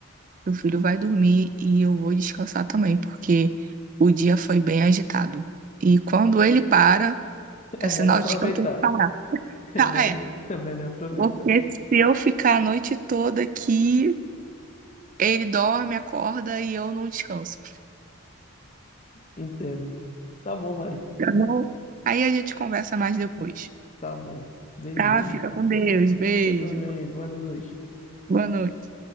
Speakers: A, on the right; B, on the left.
A: meu filho vai dormir e eu vou descansar também, porque o dia foi bem agitado. E quando ele para, é
B: É
A: sinal
B: melhor aproveitar.
A: de que eu tenho que parar. <laughs>
B: <laughs> É
A: Ah,
B: melhor,
A: é.
B: é melhor aproveitar.
A: Porque se eu ficar a noite toda aqui, ele dorme, acorda e eu não descanso.
B: Entendo. Tá bom, Mari.
A: Tá bom? Aí a gente conversa mais depois.
B: Tá bom. Beijão.
A: Tá? Fica com Deus. Beijo.
B: Você também. Boa noite.
A: Boa noite.